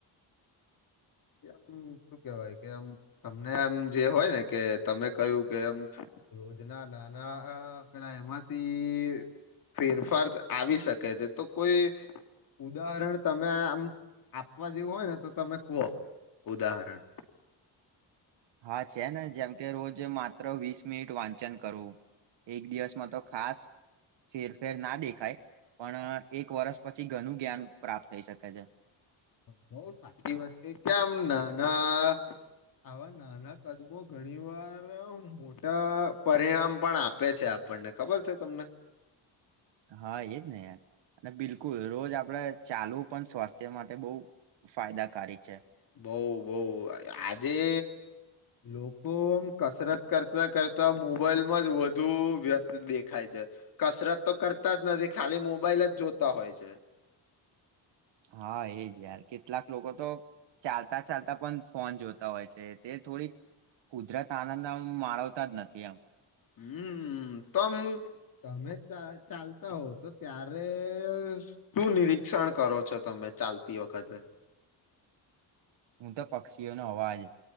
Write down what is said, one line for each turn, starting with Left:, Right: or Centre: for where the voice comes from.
Left: કે આમ શું કેવાય કે આમ તમને આમ જે હોય ને કે તમે કયું, કે આમ રોજ ના નાના પેલા એમાંથી ફેરફાર આવી શકે છે, તો કોઈ ઉદાહરણ તમે આ આમ આપવા જેવું હોય ને તો તમે કહો ઉદાહરણ
Right: હા, છે ને જેમ કે રોજ માત્ર વીસ મિનિટ વાંચન કરવું એક દિવસમાં તો ખાસ ફેરફેર ના દેખાય પણ એક વરષ પછી ઘણું જ્ઞાન પ્રાપ્ત થઈ શકે છે,
Left: બહ સાચી વાત છે, કેમ ના ના આવા નાના કદમો ઘણી વાર મોટા પરિણામ પણ આપે છે, આપ આપણને ખબર છે તમને
Right: હા, એજ ને યાર અને બિલકુલ રોજ આપડે ચાલવું પણ સ્વાસ્થ્ય માટે બહુ ફાયદાકારક છે,
Left: બઉ બઉ આજે લોકો આમ કસરત કરતા કરતા મોબાઈલમાં જ વધુ વ્યસ્ત દેખાય છે, કસરત તો કરતા જ નથી ખાલી મોબાઈલ જ જોતા હોય છે,
Right: હા એજ યાર કે કેટલાક લોકો તો ચાલતા ચાલતા પણ ફોન જોતા હોય છે, તે થોડીક કુદરત આનંદ આમ માળવતા જ નથી આમ
Left: હમ્મ, તમે ચાલતા હો તો ત્યારે શું નિરીક્ષણ શિક્ષણ કરો છો, તમે ચાલતી વખતે
Right: હું તો પક્ષીઓનો અવાજ